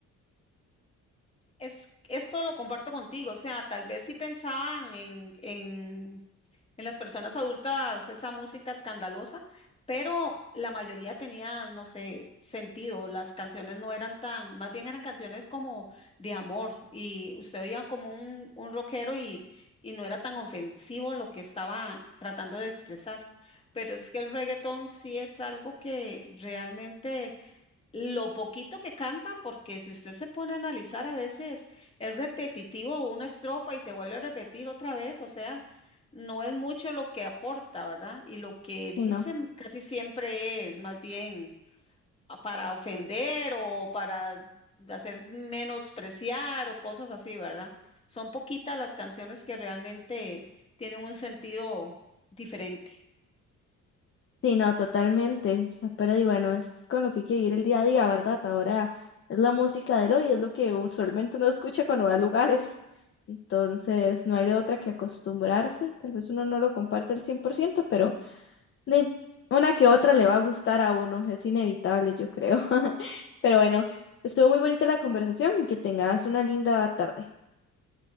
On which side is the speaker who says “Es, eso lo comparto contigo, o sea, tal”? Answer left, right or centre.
Left